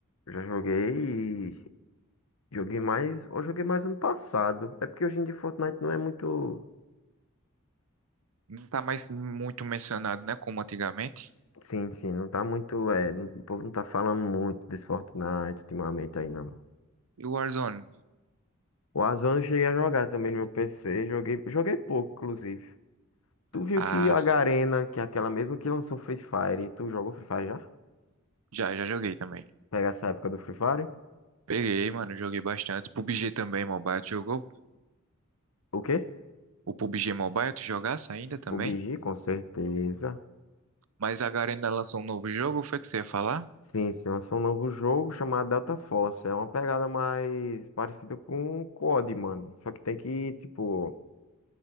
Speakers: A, on the left; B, on the right.
A: Eu já joguei e joguei mais. Eu joguei mais ano passado. É porque hoje em dia Fortnite não é muito.
B: Não tá mais muito mencionado, né? Como antigamente.
A: Sim, sim, não tá muito. É, não- o povo não tá falando muito desse Fortnite ultimamente aí, não.
B: E o Warzone?
A: O Warzone eu cheguei a jogar também no meu PC. Joguei, joguei pouco, inclusive. Tu viu
B: Ah,
A: que a
B: sim.
A: Garena, que é aquela mesma que lançou Free Fire, tu jogou Free Fire já?
B: já, já joguei também.
A: Pega essa época do Free Fire?
B: Peguei, mano, joguei bastante. PUBG também, Mobile, tu jogou?
A: O quê?
B: O PUBG Mobile, tu jogasse ainda também?
A: PUBG, com certeza.
B: Mas agora ainda lançou um novo jogo, foi que você ia falar?
A: Sim, sim, lançou um novo jogo chamado Delta Force. É uma pegada mais parecida com o COD, mano. Só que tem que, tipo,